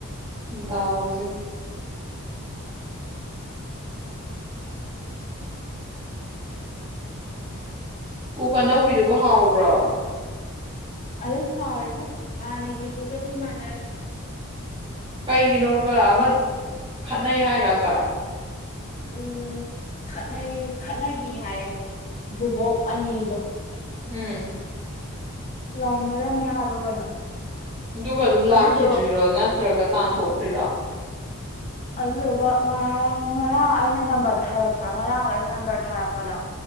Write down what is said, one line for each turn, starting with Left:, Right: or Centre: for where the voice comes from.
Right: ꯗꯥꯎꯁꯦ ꯀꯨꯛ ꯑꯅꯧꯕꯤꯗꯨꯕꯨ ꯍꯥꯎꯕ꯭ꯔꯣ
Left: ꯑꯗꯨ ꯑꯗꯨꯝ ꯍꯥꯎꯏꯕꯨ ꯍꯦꯟꯅꯒꯤꯗꯨꯒꯗꯤ ꯃꯅꯥ
Right: ꯀꯩꯒꯤꯅꯣꯕ ꯑꯃ ꯈꯠꯅꯩ ꯍꯥꯏꯔꯕ
Left: ꯎꯝ ꯈꯠꯅꯩ ꯈꯠꯅꯒꯤ ꯍꯥꯏꯌꯦ ꯕꯨꯕꯣꯛ ꯑꯅꯤꯗꯣ
Right: ꯎꯝ
Left: ꯂꯥꯎꯅꯔꯝꯃꯦ ꯍꯥꯏꯕꯔꯣ ꯀꯩꯅꯣ
Right: ꯑꯗꯨꯒ ꯑꯗꯨꯝ ꯂꯥꯛꯈꯤꯗ꯭ꯔꯤꯔꯣ
Left: ꯑꯗꯨꯗꯣ
Right: ꯅꯠꯇ꯭ꯔꯒ ꯇꯥꯟꯊꯣꯛꯈ꯭ꯔꯤꯔꯣ
Left: ꯑꯗꯨꯗꯨꯒ ꯉꯔꯥꯡ ꯉꯔꯥꯡ ꯑꯩꯅ ꯅꯝꯕꯔ ꯊꯥꯔꯛꯄ꯭ꯔꯥ ꯉꯔꯥꯡꯗꯣ ꯑꯩꯅ ꯅꯝꯕꯔ ꯊꯥꯔꯛꯄꯗꯣ